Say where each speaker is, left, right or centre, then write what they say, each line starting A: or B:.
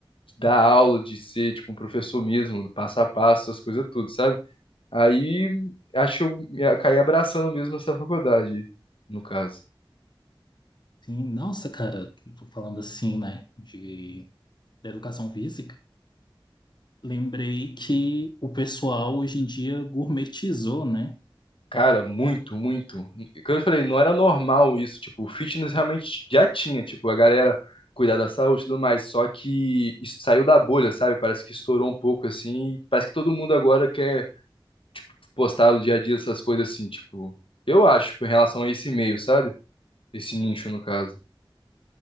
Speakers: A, on the left; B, on the left.
A: de dar aula, de ser, tipo, um professor mesmo, passo a passo, essas coisas tudo, sabe? Aí, acho que eu me- caí abraçando mesmo essa faculdade, no caso.
B: Sim, nossa, cara, tô falando assim, né, de, da educação física, lembrei que o pessoal hoje em dia gourmetizou, né?
A: Cara, muito, muito. Como eu falei, não era normal isso, tipo, o fitness realmente já tinha, tipo, a galera cuidar da saúde e tudo mais, só que isso saiu da bolha, sabe? Parece que estourou um pouco, assim, parece que todo mundo agora quer postar o dia a dia, essas coisas assim, tipo, eu acho, em relação a esse meio, sabe? Esse nicho, no caso.